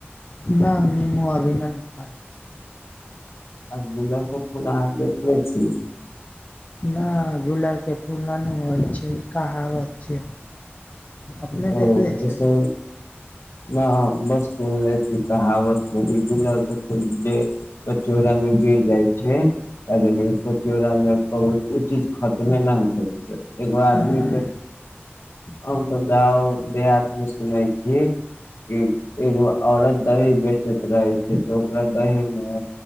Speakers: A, on the left; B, on the left.
A: न नेमो अभी न फड़ै छै
B: आ गुलाबके फूल अहाँ देखने छी
A: ना गुलर के फूल ना नू होइ छै ई कहावत छै अपने
B: ओ
A: देखले
B: ओसे
A: छै
B: ना बस हम सुनले छी कहावत गुलर के फूल जे चौरा मे गिर जाइ छै चौरामे बहुते चीज खत ओमे ना भेल छै एगो आदमी
A: हँ
B: के हम सब गाँव देहात मे सुने छी की एगो औरत दही बेचैत रहै छै तऽ ओकरा दही में